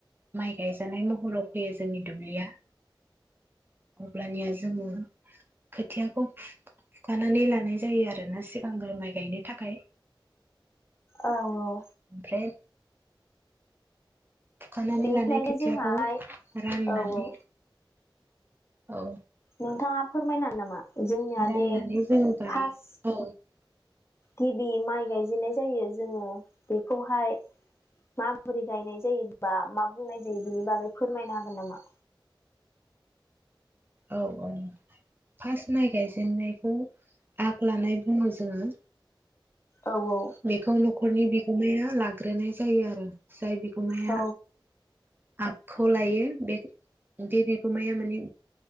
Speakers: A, on the right; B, on the left.
A: माइ गायजानाय महराव फैयो जोंनि दुब्लिया। अब्लानिया जोङो खोथियाखौ फुखानानै लानाय जायो आरोना सिगांग्रो माइ गायनो थाखाय।
B: औ औ
A: ओमफ्राय फुखानानै
B: बेनिफ्राय
A: लानाय खोथियाखौ
B: जोंहाहाय
A: राननानै
B: औ औ
A: औ
B: नोंथाङा फोरमायनो नामा? जोंनिया
A: राननानै
B: दे
A: जों गायो
B: फार्स
A: औ
B: गिबि माइ गायजेननाय जायो जोङो बेखौहाय माबोरै गायनाय जायो बा मा बुंनाय जायो बेनि बागै फोरमायनो हागोन नामा?
A: औ औ फार्स्ट माइ गायजेननायखौ आग लानाय बुङो जोङो।
B: औ औ
A: बेखौ नखरनि बिगु माया लाग्रोनाय जायो आरो। जाय बिगुमाया
B: औ
A: आगखौ लायो बे बे बिगोमाया माने